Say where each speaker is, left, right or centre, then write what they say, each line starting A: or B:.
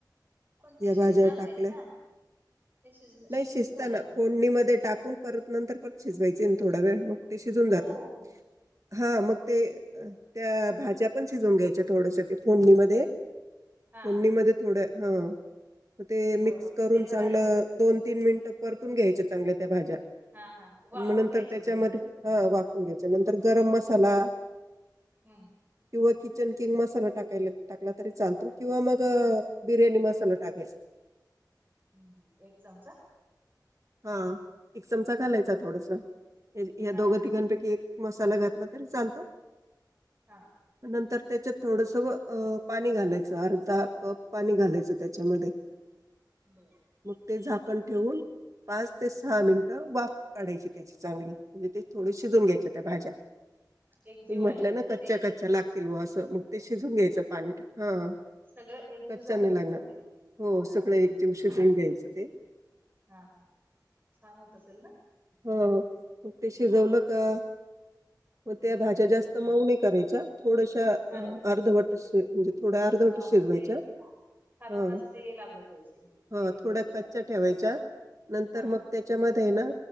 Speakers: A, on the right; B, on the right.
A: पण ते
B: या
A: शिजणार
B: भाज्या टाकल्या.
A: नाहीत ना ते शिज
B: नाही
A: शिजवून
B: शिजताना,
A: घ्यायला लागणार
B: फोडणी
A: ना.
B: मध्ये टाक कोण परत नंतर परत शिजवायचे अन थोडा वेळ मग ते शिजून जात.
A: हो हो हो
B: हा मग ते त्या भाज्या पण शिजवून घ्यायच्या थोड्याश्या त्या फोंडणीमध्ये.
A: हा
B: फोंडणीमध्ये थोड् हा. मग ते
A: बरोबर
B: मिक्स करून
A: ते
B: चांगलं
A: जरा
B: दोन तीन मिनिटं परतून घ्यायचे चांगल्या त्या भाज्या.
A: हा हा वाफवून
B: मग नंतर
A: घ्यायचं
B: त्याच्यामध्ये
A: जरा जरा
B: ह वाफ वाफवून घ्यायच्या. नंतर गरम मसाला
A: हम्म
B: किंवा किचन किंग मसाला टाकायला टाकला तरी चालतो किंवा मग बिर्याणी मसाला टाकायचा.
A: हम्म हम्म एक चमचा
B: हा एक चमचा घालायचा
A: बर
B: थोडासा. या
A: हा
B: दोघं
A: हा
B: तिघापैकी एक मसाला घातला तरी चालतो.
A: हा
B: नंतर त्याच्यात थोडस अ पाणी घालायचं अर्धा कप पाणी घालायचं. त्याच्यामध्ये
A: बर
B: मग ते झाकण ठेवून. पाच ते सहा मिनट वाफ काडायची त्याची चांगली म्हणजे ते थोडी शिजून घ्यायच्या. त्या भाज्या
A: एक जीव
B: तु
A: व्हायला
B: म्हटलं
A: पाहिजे
B: ना कच्च्या
A: ते
B: कच्च्या लागतील व असं मग ते शिजून घ्यायचं पाणी टाकून हा.
A: सगळं एकजूट
B: कच्च्या
A: झालं
B: नाही
A: पाहिजे
B: लागणार
A: ना ते.
B: हो
A: हा
B: सगळं
A: हा हा
B: एकजीव शिजवून घ्यायचं ते.
A: हा हा छान होत असेल ना?
B: हो हो मग ते शिजवलं
A: रेसिपी
B: का होत. त्या भाज्या जास्त मऊ नाही करायच्या. थोड्याश्या
A: हा
B: अर्धवट शिज म्हणजे थोड्या अर्धवट
A: हा
B: शिजवायच्या
A: मग ते खाताना
B: हा
A: असं ते हे लागलं पाहिजे म्हणजे
B: ह
A: वेगळं
B: थोड्या
A: वेगळं
B: कच्च्या
A: लागलं पाहिजे
B: ठेवायच्या. नंतर
A: हा
B: मग
A: हा
B: त्याच्या मध्ये ना